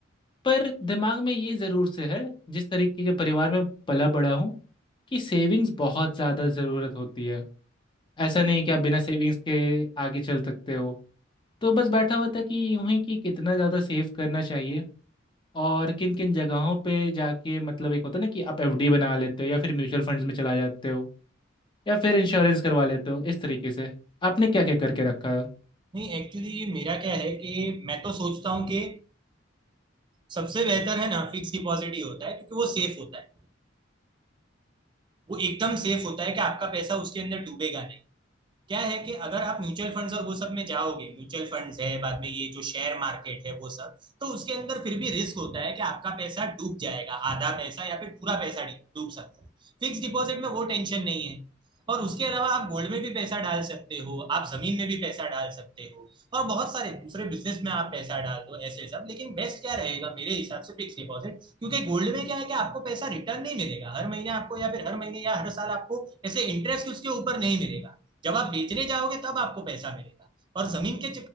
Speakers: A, on the left; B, on the right.
A: पर दिमाग में ये जरूर से है जिस तरीके के परिवार में पला बड़ा हूँ कि सेविंग्स बहुत ज़्यादा ज़रूरत होती है ऐसा नहीं कि आप बिना सेविंग्स के आगे चल सकते हो तो बस बैठा हुआ था कि यूं ही कि कितना ज़्यादा सेव करना चाहिए और किन किन जगहों पे जाके मतलब एक होता है ना कि आप एफडी बना लेते हो या फिर म्यूचुअल फंड्स में चला जाते हो या फिर इंश्योरेंस करवा लेते हो इस तरीके से आपने क्या क्या करके रखा है
B: नहीं एक्चुअली मेरा क्या है कि मैं तो सोचता हूँ कि सबसे बेहतर है ना फिक्स डिपॉजिट ही होता है क्योंकि वो सेफ होता है वो एकदम सेफ होता है कि आपका पैसा उसके अंदर डूबेगा नहीं क्या है कि अगर आप म्यूचुअल फंड्स और वो सब में जाओगे म्यूचुअल फंड्स है बाद में ये जो शेयर मार्केट है वो सब तो उसके अंदर फिर भी रिस्क होता है कि आपका पैसा डूब जाएगा आधा पैसा या फिर पूरा पैसा डूब सकता है फिक्स डिपॉजिट में वो टेंशन नहीं है और उसके अलावा आप गोल्ड में भी पैसा डाल सकते हो आप जमीन में भी पैसा डाल सकते हो और बहुत सारे दूसरे बिजनेस में आप पैसा डाल दो ऐसे सब लेकिन बेस्ट क्या रहेगा मेरे हिसाब से फिक्स डिपॉजिट क्योंकि गोल्ड में क्या है कि आपको पैसा रिटर्न नहीं मिलेगा हर महीने आपको या फिर हर महीने या हर साल आपको ऐसे इंटरेस्ट उसके ऊपर नहीं मिलेगा जब आप बेचने जाओगे तब आपको पैसा मिलेगा और जमीन के